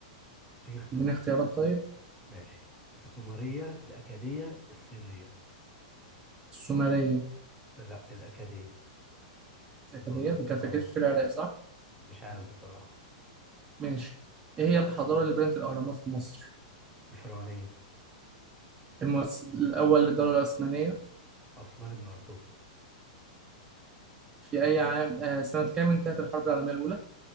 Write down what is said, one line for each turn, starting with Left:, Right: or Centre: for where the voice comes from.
Centre: دي اختيارات
Right: اديني اختيارات طيب
Centre: ماشي السومرية الأكادية الصينية
Right: السومرية
Centre: لا الأكادية
Right: الأكادية
Centre: الدولار
Right: دي كانت
Centre: اه
Right: أكيد في العراق صح؟
Centre: مش عارف بصراحة
Right: ماشي إيه هي الحضارة اللي بنت الأهرامات في مصر؟
Centre: الفرعونية
Right: المؤسس الأول للدولة العثمانية
Centre: عثمان بن أرطغرل
Right: في أي عام آه سنة كام انتهت الحرب العالمية الأولى؟